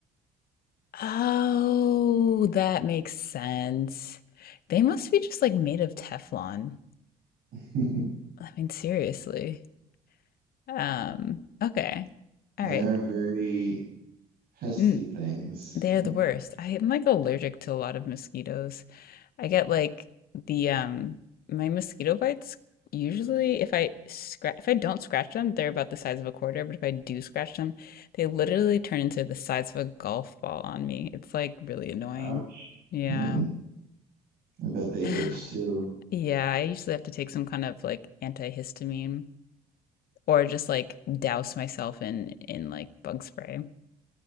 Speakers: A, on the left (about 65°); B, on the right (about 70°).
A: Oh, that makes sense. They must be just like made of Teflon.
B: <laughs>
A: I mean, seriously. Um, okay.
B: They
A: All right.
B: are very pesty
A: Mm,
B: things.
A: they are the worst. I am like allergic to a lot of mosquitoes. I get like the um my mosquito bites usually if I scratch if I don't scratch them, they're about the size of a quarter, but if I do scratch them, they literally turn into the size of a golf ball on me. It's like really annoying.
B: Ouch.
A: Yeah.
B: Mm, I bet they
A: <sighs>
B: itch too.
A: Yeah, I usually have to take some kind of like antihistamine or just like douse myself in in like bug spray.